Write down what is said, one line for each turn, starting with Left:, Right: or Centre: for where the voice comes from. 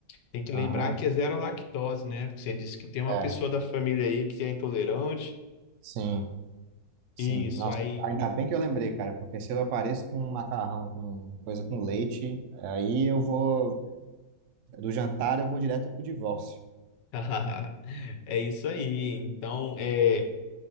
Left: Tem que lembrar
Right: Aham.
Left: que é zero lactose, né? Porque você disse que tem uma
Right: É.
Left: pessoa da família aí que é intolerante.
Right: Sim, sim.
Left: Isso,
Right: Nossa,
Left: aí.
Right: ainda bem que eu lembrei, cara, porque se eu apareço com um macarrão, com coisa com leite, aí eu vou do jantar eu vou direto pro divórcio.
Left: <laughs> É isso aí. Então, é,